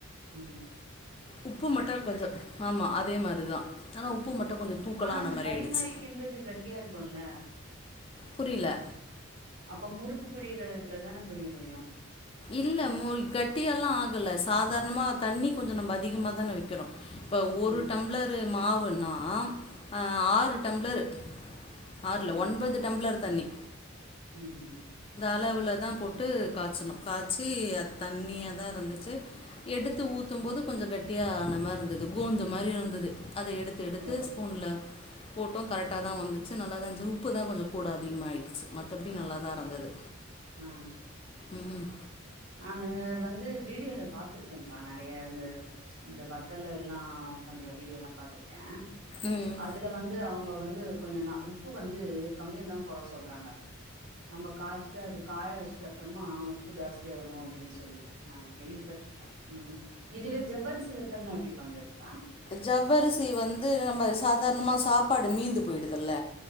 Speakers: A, on the right; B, on the left.
A: உம்
B: உப்பு மட்டும் கொஞ்சம் ஆமா அதே மாரிதான் ஆனா உப்பு மட்டும் கொஞ்சம் தூக்கலான
A: ஆனா அந்த
B: மாதிரி
A: களிமறிக்கன்றது
B: ஆயிடுச்சு
A: கட்டியா இருக்கும்ல
B: புரியல
A: அப்ப முறுக்கு பிழியிற இதுலதான பிழிய முடியு
B: இல்ல மு கட்டிய எல்லாம் ஆகல சாதாரணமா தண்ணி கொஞ்சம் நம்ம அதிகமா தான வைக்கிறோம் இப்போ ஒரு
A: ம்
B: டம்ளரு மாவுன்னா ஆ ஆறு டம்ளரு ஆறு
A: தண்ணி
B: இல்ல ஒன்பது டம்ளர் தண்ணி
A: ம் ம்
B: அளவுல தான் போட்டு காய்ச்சனும் காய்ச்சி அது தண்ணியா தான் இருந்துச்சு எடுத்து ஊத்தும் போது கொஞ்சம் கட்டியா ஆன மாதிரி இருந்தது கோந்து மாதிரி இருந்தது அத எடுத்து எடுத்து
A: ஓ
B: ஸ்பூன்ல போட்டம் கரெக்டாக தான் வந்துச்சு நல்லா தான் இரு உப்பு தான் கொஞ்சம் கூட அதிகமாகிடுச்சு மத்தபடி நல்ல தான் தந்தது
A: உம்
B: ம் ம்
A: நானு வந்து வீடியோல பாத்திருக்கேம்ப்பா நெறைய இந்த இந்த வத்தலு எல்லா பண்ற வீடியோல்லாம் பாத்திருக்கே
B: ம் ம்
A: அதுல வந்து அவங்க வந்து கொஞ்சம் நா உப்பு வந்து கம்மியா தான் போட சொல்றாங்க நம்ம காய்ச்சுட்டு அது காய வச்சுட்ட அப்புறமா உப்பு தாஸ்தி தேடு அப்டின்னு சொல்லிட்டு நா கேள்விப்பட்டிருக்கே ம் இதுல ஜவ்வரிசி வத்தல்னா எப்டி பண்றதுப்பா
B: ஜவ்வரிசி வந்து நம்ம சாதாரணமா சாப்பாடு மீந்து போயிடுதுல்ல